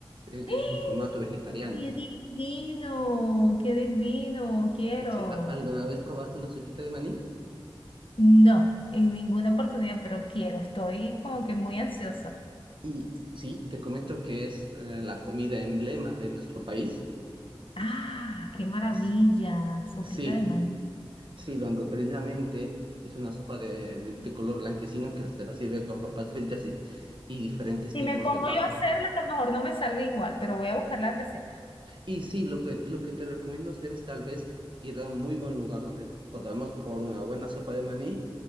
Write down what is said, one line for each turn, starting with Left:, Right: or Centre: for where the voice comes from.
Right: en,
Left: ¡Eh!
Right: en su formato vegetariano.
Left: ¡Qué divino! ¡Qué divino! Quiero.
Right: Si a- alguna vez probaste una sopita de maní?
Left: No, en ninguna oportunidad, pero quiero. Estoy como que muy ansiosa.
Right: Y sí, te comento que es eh, la comida emblema de nuestro país.
Left: ¡Ah! ¡Qué maravilla!
Right: S-
Left: Sopita
Right: Sí,
Left: de maní.
Right: sí, donde precisamente es una sopa de, de- de color blanquecino que se la sirve con papas fritas y, y diferentes
Left: Si
Right: tipos
Left: me pongo
Right: de papa.
Left: yo a hacerla, a lo mejor no me salga igual, pero voy a buscar la receta.
Right: Y sí, lo que, lo que te recomiendo hacer es tal vez ir a un muy buen lugar donde podamos probar una buena sopa de maní,